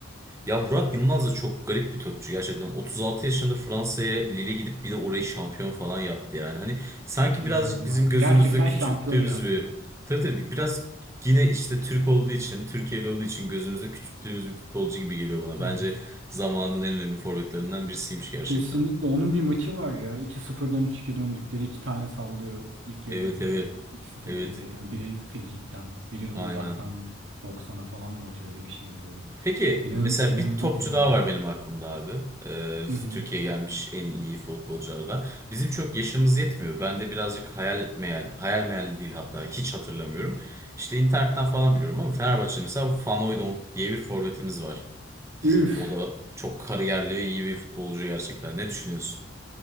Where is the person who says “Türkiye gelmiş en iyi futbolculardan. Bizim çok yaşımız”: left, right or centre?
Right